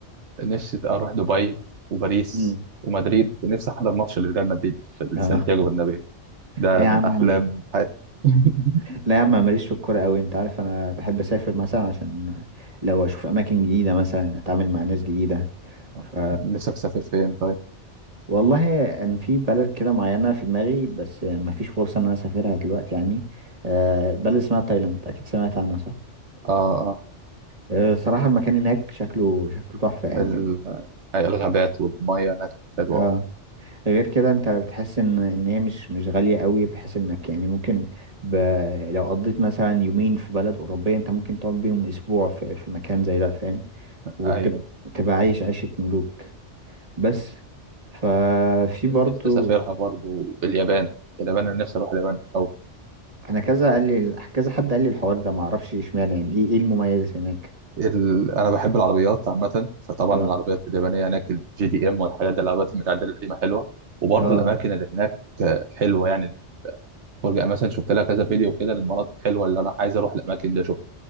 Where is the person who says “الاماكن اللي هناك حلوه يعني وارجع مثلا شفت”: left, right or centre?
Right